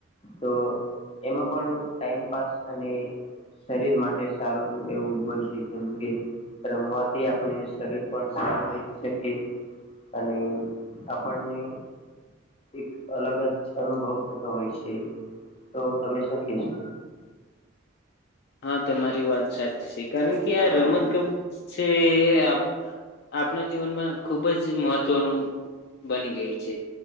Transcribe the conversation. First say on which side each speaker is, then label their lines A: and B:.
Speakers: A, on the left; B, on the left.
A: તો એમાં પણ ટાઈમપાસ અને શરીર માટે સારું એવું હોય છે. કેમ કે રમવાથી આપણે શરીર પણ સારું રહી શકીએ. અને આપણને એક અલગ જ અનુભવ થતો હોય છે. તો તમે શું કેશો?
B: હા, તમારી વાત સાચી છે કારણ કે આ રમત ગમત છે એ એ આપણા જીવનમાં ખુબ જ મહત્વનું બની ગયું છે.